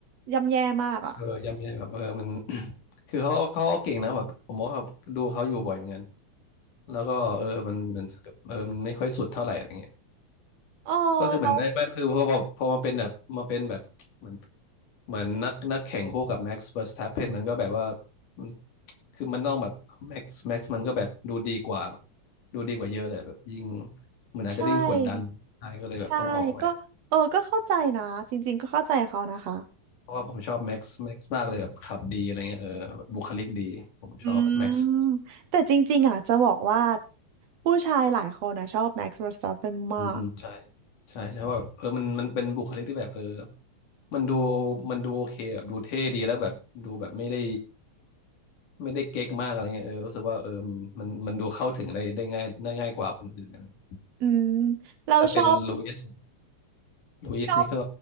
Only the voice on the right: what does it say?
ย่ำแย่มากอะ
อ๋อแล้ว
ใช่ใช่ก็เออก็เข้าใจนะจริงๆก็เข้าใจเขานะคะ
อืมแต่จริงๆอ่ะจะบอกว่าผู้ชายหลายคนนะชอบแม็กซ์เวอร์สตัปเปนมาก
อืมเราชอบ
ชอบ